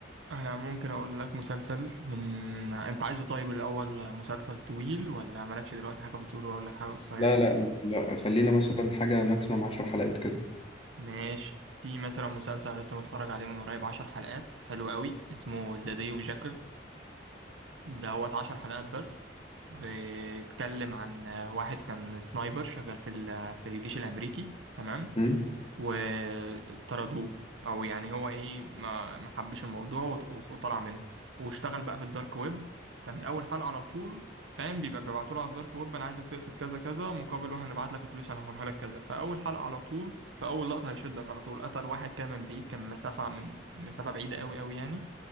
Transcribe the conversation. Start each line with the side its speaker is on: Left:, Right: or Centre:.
Right: انا ممكن اقول لك مسلسل من انت عايزه طيب الاول مسلسل طويل ولا مالكش دلوقتي حاجه في الطول واقول لك حاجه قصيره
Left: لا لا لا خلينا مثلا حاجة ماكسيمم 10 حلقات كده
Right: ماشي في مثلا مسلسل لسه متفرج عليه من قريب عشر حلقات حلو قوي اسمه ذا داي اوف جاكل دوت عشر حلقات بس بيتكلم عن واحد كان سنايبر شغال في ال- في الجيش الامريكي تمام
Left: أمم.
Right: وطردوه او يعني هو ايه ما ما حبش الموضوع وط- وطلع منه واشتغل بقى في الدارك ويب فمن اول حلقة على طول فاهم بيبقى بيبعتوا له على الدارك ويب انا عايزك تقتل كذا كذا مقابل وهنبعت لك الفلوس هنحولها لك كذا فاول حلقة على طول فاول لقطة هيشدك على طول قتل واحد كان من بعيد كان مسافة من مسافة بعيدة قوي قوي يعني